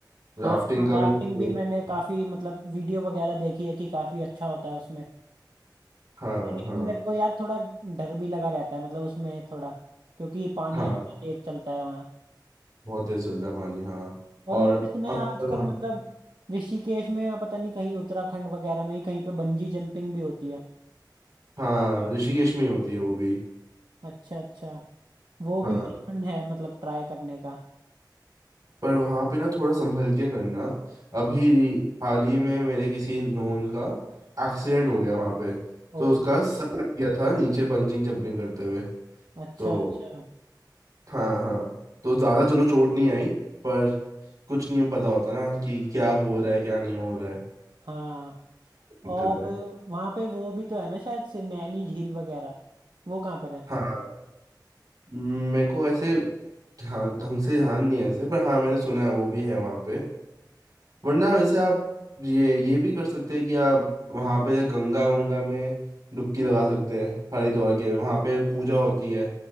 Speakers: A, on the right; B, on the right.
A: हाँ
B: राफ्टिंग
A: हाँ
B: का
A: राफ्टिंग
B: भी
A: भी मैंने
B: <laughs>
A: काफी मतलब वीडियो वगैरह देखी है कि काफी अच्छा होता है उसमें
B: हाँ
A: लेकिन
B: हाँ
A: मेरे को यार थोड़ा डर भी लगा रहता है मतलब उसमें थोड़ा क्योंकि पानी
B: हाँ
A: इतना तेज चलता है वहाँ
B: बहुत तेज चलता है पानी हाँ
A: और
B: और
A: मैंने सुना
B: अक्सर
A: है आजकल
B: हाँ
A: मतलब ऋषिकेश में या पता नहीं कहीं उत्तराखंड वगैरह में ही कहीं पे बंजी जंपिंग भी होती है
B: हाँ ऋषिकेश में ही होती है वो भी
A: अच्छा अच्छा वो
B: हाँ
A: भी मेरा मन है मतलब ट्राई करने का
B: पर वहां पे ना थोड़ा संभल के करना अभी हाल ही में मेरे किसी नोन का एक्सीडेंट हो गया वहां पे तो
A: ओ
B: उसका सर लग गया था नीचे बंजिंग जंपिंग करते हुए
A: अच्छा
B: तो
A: अच्छा
B: हाँ हाँ तो ज्यादा चलो चोट नहीं आई पर कुछ नहीं पता होता ना कि क्या हो रहा है क्या नहीं हो रहा है
A: हाँ
B: दिक्कत
A: और
B: है
A: वहाँ पे वो भी तो है ना शायद से नैनी झील वगैरह वो कहाँ पर है
B: हाँ मेरे को ऐसे ध्यान ढंग से ध्यान नहीं है ऐसे पर हाँ मैंने सुना है वो भी है वहां पे वरना वैसे आप ये ये भी कर सकते हैं कि आप वहाँ पे गंगा वंगा में डुबकी लगा सकते हैं हरिद्वार के वहाँ पे पूजा होती है